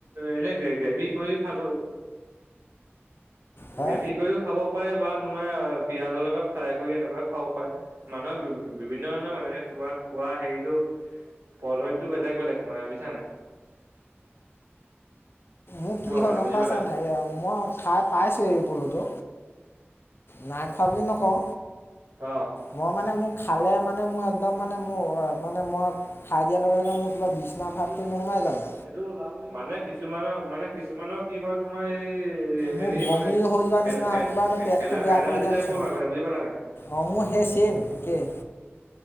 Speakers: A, on the right (about 70°); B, on the left (about 55°).
A: এনে গেভি কৰি খাব
B: হা
A: গ্ৰেভি কৰিও খাব পাৰে বা তোমাৰ পিয়াজৰ লগত ফ্ৰাই কৰি এনেকুৱা খাব পাৰে মানুহে বিভিন্ন ধৰণৰ মানে তোমাৰ খোৱা বা হেৰিটো পদ্ধতিটো বেলেগ বেলেগ মানে বুজিছানে <inaudible>
B: মোক কি হয়
A: মানে
B: গম
A: বুজি
B: পাইছা
A: পালা
B: নাই মই খাই পাইছো এই পলুটো নাই খোৱা বুলি নকওঁ
A: অ।
B: মই মানে মোক খালে মানে মোৰ একদম মানে মোৰ মানে মই খাই দিয়াৰ লগে লগে মোৰ কিবা বিচনা
A: সটোও
B: ভাৱটো নোসোমাই জানো
A: মানে কিছুমানৰ মানে কিছুমানৰ কি হয় তোমাৰ এই- হেৰি
B: মোৰ বমি
A: মানে এ
B: হৈ যোৱা নিচিনা
A: এ এ
B: আৰু কিবা মানে পেটটো
A: এলাৰ্জি
B: বেয়া কৰি দিয়া
A: টাইপৰ
B: নিচিনা
A: হয় মানে বুজি পালা নাই
B: অঁ মোৰ
A: অ
B: সেই ছেইম একেই